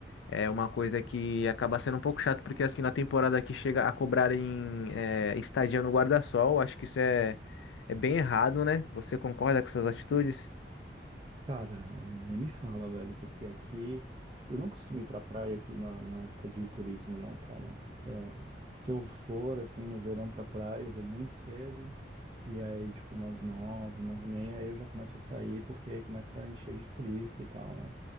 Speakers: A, on the left; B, on the right.
A: É uma coisa que acaba sendo um pouco chato, porque assim, na temporada aqui chega a cobrarem é, estadia no guarda-sol, acho que isso é, é bem errado, né? Você concorda com essas atitudes?
B: Cara, é, nem me fala, velho, porque aqui eu não costumo ir pra praia aqui na, na época de turismo, né, cara? É, se eu for, assim, no verão pra praia, eu vou muito cedo, e aí, tipo, umas nove, nove e meia, aí eu já começo a sair, porque aí começa a encher de turista e tal, né?